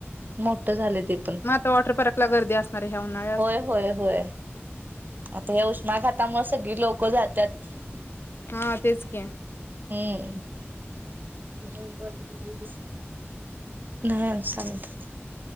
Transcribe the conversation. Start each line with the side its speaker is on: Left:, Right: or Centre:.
Right: मोठं झाले.. पण
Left: मग आता वॉटर पार्कला गर्दी असणार आहे ह्या उन्हाळ्यात
Right: होय होय होय आता हे उष्माघात. त्यामुळे सगळी लोक जातात.
Left: हा तेच कीं.
Right: हम्म. न्हाय. न्हाय. अजून संगत.